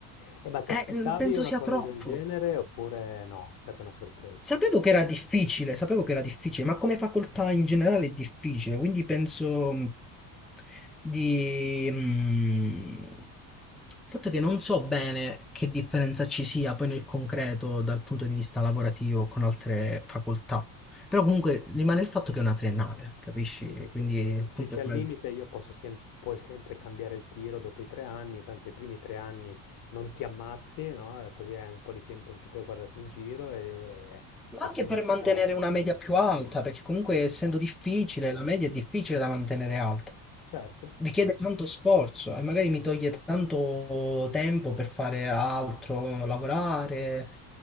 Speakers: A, on the left; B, in the centre.
A: Eh, ma t'aspettavi
B: eh, penso
A: una
B: sia
A: cosa
B: troppo.
A: del genere oppure no, è stata una sorpresa?
B: Sapevo che era difficile, sapevo che era difficile, ma come facoltà in generale è difficile, quindi penso mh, di... mh, il fatto è che non so bene che differenza ci sia poi nel concreto dal punto di vista lavorativo con altre facoltà, però comunque rimane il fatto che è una triennale, capisci?
A: Sì, sì, sì,
B: Quindi
A: sì, di-
B: il punto
A: tu dici
B: è
A: al
B: quello.
A: limite io posso sem- puoi sempre cambiare il tiro dopo i tre anni, tanto i primi tre anni non ti ammazzi, no? Eh, Così hai un po' di tempo in più per guardarti in giro e,
B: Ma
A: e
B: anche
A: pianificare.
B: per mantenere una media più alta, perché comunque essendo
A: Sì,
B: difficile, la media è difficile da mantenere alta.
A: certo,
B: richiede
A: certo,
B: tanto
A: chiaro.
B: sforzo e magari mi toglie tanto tempo per fare altro, lavorare,